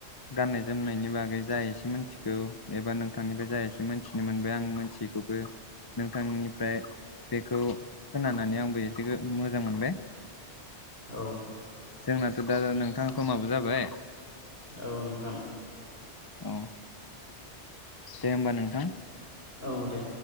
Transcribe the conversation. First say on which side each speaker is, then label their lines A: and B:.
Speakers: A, on the left; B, on the left.
A: गाननाय जोमनायनि बागै जा एसे मोनथिगौ एबा नोंथांनिफ्राय जा एसे मोनथिनो मोनबाय आं मोनथियिखौ बो नोंथांनिफ्राय बेखौ खोनानानै आंबो एसे मोजां मोनबाय।
B: औ।
A: जोंनाथ' दा नोंथां समाबो जाबाय।
B: औ नोंथां।
A: औ दे होमबा नोंथां।
B: औ दे।